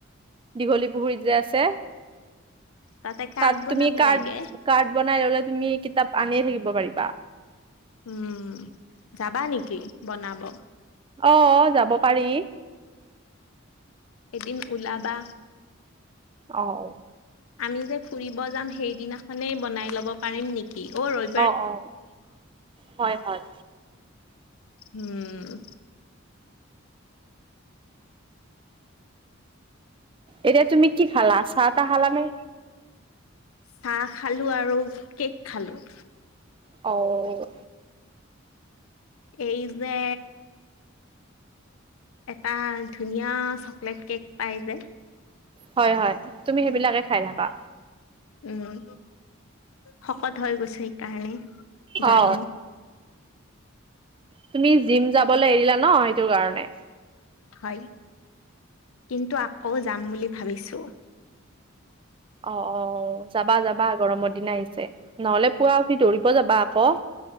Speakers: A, on the right; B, on the left.
A: দীঘলী পুখুৰীত যে আছে?
B: তাতে কাৰ্ড
A: তাত
B: বনাব
A: তুমি কাৰ্ড
B: লাগে।
A: কাৰ্ড বনাই ললে তুমি কিতাপ আনিয়ে থাকিব পাৰিবা।
B: উম যাবা নেকি বনাব?
A: অ যাব পাৰি
B: এদিন ওলাবা।
A: অ
B: আমি যে ফুৰিব যাম সেইদিনাখনেই বনাই লব পাৰিম নেকি? কি
A: অ অ হয় হয়।
B: উম
A: এতিয়া তুমি কি খালা চাহ তাহ খালা নে?
B: চাহ খালো আৰু কেক খালো।
A: অ
B: এই যে এটা ধুনীয়া চকলেট কেক পায় যে।
A: হয় হয় তুমি সেইবিলাকে খাই থাকা।
B: উম শকত হৈ গৈছো সেইকাৰণে। জানো
A: অ তুমি জিম যাবলে এৰিলা ন সেইটো কাৰণে।
B: হয় কিন্তু আকৌ যাম বুলি ভাবিছো।
A: অ অ যাবা যাবা গৰমৰ দিন আহিছে, নহ'লে পুৱা উঠি দৌৰিব যাবা আকৌ।